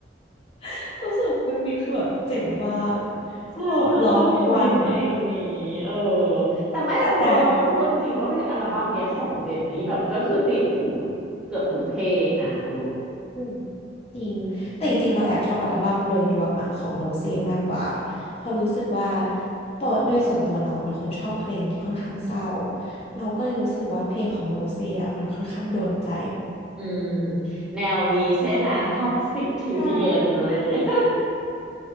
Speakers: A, on the left (about 35°); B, in the centre.
A: <laughs> รู้สึกว่าเอ็มวีคือแบบเจ๋งมาก
B: ใช่เราชอบเมมีเพลงนี้เออ
A: เราแบบร้องทั้งวันอ่ะ
B: แต่ไม่เราเราต้องพูดจริงๆว่าเพลงอัลบั้มเนี้ยของเจนนี่แบบก็คือติดหู
A: แต่แต่
B: เกือบทุกเพลงอ่ะเออ
A: อืมจริงแต่จริงๆเราแอบชอบอัลบั้มโดยรวมอะของโรเซ่มากกว่าเพราะรู้สึกว่าปอโดยส่วนตัวเราเป็นคนชอบเพลงที่ค่อนข้างเศร้าเราก็เลยรู้สึกว่าเพลงของโรเซ่อะมันค่อนข้างโดนใจ
B: อืมอืมแนวนี้ใช่ไหมท็อกซิกทิวดีเอ็นอะไรอย่างเงี้ย
A: <laughs> ใช่